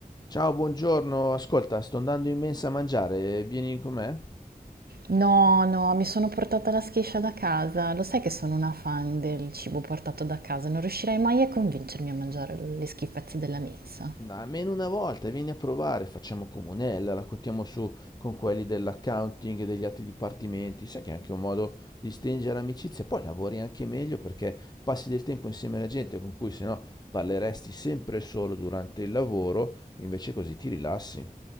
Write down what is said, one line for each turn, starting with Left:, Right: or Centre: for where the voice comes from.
Left: Ciao, buongiorno. Ascolta, sto andando in mensa a mangiare, vieni con me?
Right: No, no, mi sono portata la schiscia da casa. Lo sai che sono una fan del cibo portato da casa, non riuscirei mai a convincermi a mangiare le schifezze della mensa.
Left: No, almeno una volta, vieni a provare, facciamo comunella, la contiamo su con quelli dell'accounting e degli altri dipartimenti. Sai che è anche un modo di stringere amicizia, poi lavori anche meglio perché passi del tempo insieme alla gente con cui sennò parleresti sempre solo durante il lavoro, invece così ti rilassi.